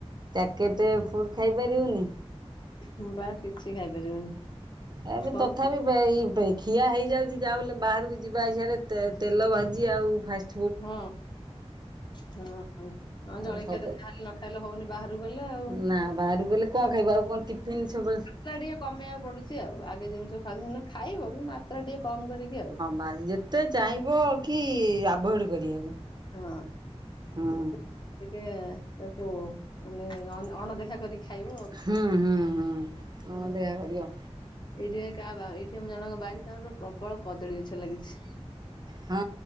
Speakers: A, on the right; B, on the left.
A: ପ୍ୟାକେଟେ ଫୁଡ୍ ଖାଇପାରିବୁନି।
B: ହୁଁ ବା କିଛି ଖାଇପାରିବନି।
A: ଏବେ
B: କଣ
A: ତଥାପି ବେ ଇ ବେଇ ଖିଆ ହେଇଯାଉଚି ଯାହା ବି ହେଲେ ବାହାରୁକୁ ଯିବା ଆସିଆରେ ତେ ତେଲ ଭାଜି ଆଉ ଫାଷ୍ଟ
B: ହଁ ହଁଁ
A: ଆଉ
B: ଜଳଖିଆ
A: ସବୁ
B: ତ ଯାହା ହେଲେ ନ ଖାଇଲେ ହଉନି ବାହାରୁକୁ ଗଲେ ଆଉ।
A: ନା ବାହାରୁକୁ ଗଲେ କଣ ଖାଇବ ଆଉ କଣ ଟିଫନ୍ ସବୁବେଳେ
B: ତ୍ରା ଟିକେ କମେଇଆକୁ ପଡୁଚି ଆଉ ଆଗେ ଯେମତି ସବୁ ଖାଉ ଖାଇବ କି ମାତ୍ରା ଟିକେ କମ୍ କରିକି ଆଉ।
A: ବାଲି ଯା ତେ ଚାହିଁବ କି ଆଭଏଡ କରିବାକୁ।
B: ହଁ
A: ହୁଁ
B: ଯେତେ ଟିକେ ତାକୁ ମାନେ ଅନ ଅଣଦେଖା କରିକି ଖାଇବ
A: ହୁଁ ହୁଁ ହୁଁ ଅଣଦେଖା
B: ଆଉ।
A: କରିବ।
B: ଏଇଠି କାହା ବା ଏଇଠି ଆମ ଜଣଙ୍କ ବାରି ତାଙ୍କର ପୁରା ପ୍ରବଳ କଦଳୀ ଗଛ ଲାଗିଛି।
A: ହଁ